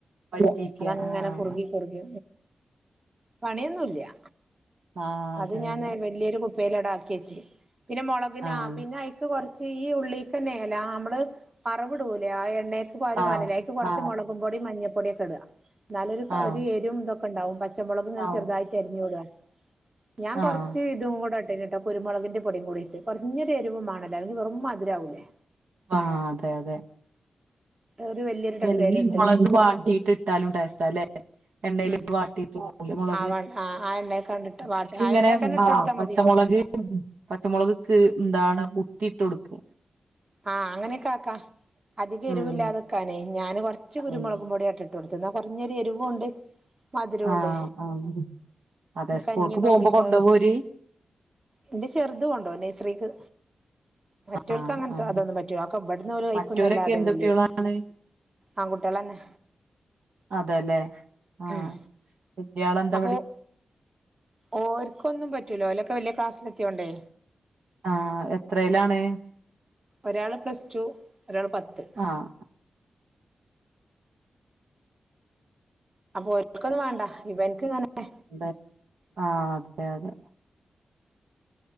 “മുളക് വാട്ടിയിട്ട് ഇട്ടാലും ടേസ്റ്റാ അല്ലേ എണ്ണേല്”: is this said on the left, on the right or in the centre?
Right